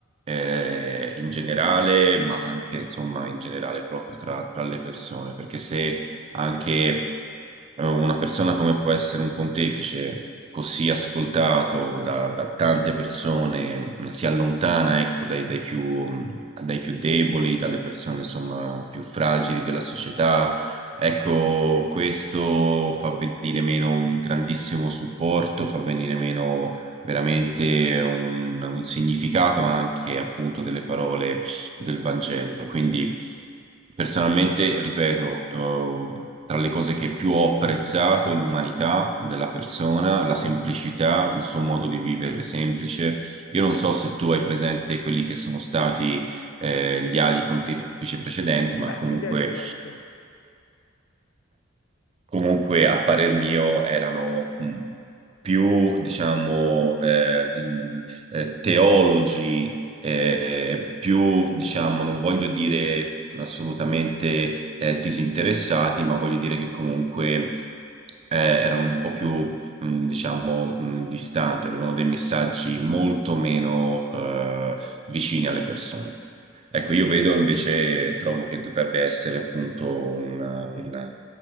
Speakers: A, on the right; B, on the left.
A: eh, in generale, ma anche insomma in generale proprio tra, tra le persone, perché se anche eh, una persona come può essere un pontefice, così ascoltato da, da tante persone, mh, si allontana, ecco, dai, dai più, dai più deboli, dalle persone insomma più fragili della società Ecco, questo fa venire meno un grandissimo supporto, fa venire meno veramente un, un significato anche appunto delle parole del Vangelo. Quindi
B: ok,
A: personalmente, ripeto, eh, tra le cose che più ho apprezzato, l'umanità della persona, la
B: sì.
A: semplicità, il suo modo di vivere semplice. Io non so se tu hai presente quelli che sono stati eh, gli ali pontefici precedenti, ma
B: Beh,
A: comunque
B: un'idea ce l'ho, sì,
A: comunque a parer mio erano mh, più, diciamo, eh, mh, eh, teologi, eh,
B: sì,
A: più, diciamo, non voglio dire assolutamente eh, disinteressati, ma voglio dire che comunque eh, erano un po' più, mh, diciamo, mh, distanti, avevano dei messaggi molto meno eh, vicini alle persone. Ecco, io vedo invece, trovo che dovrebbe essere appunto una, una-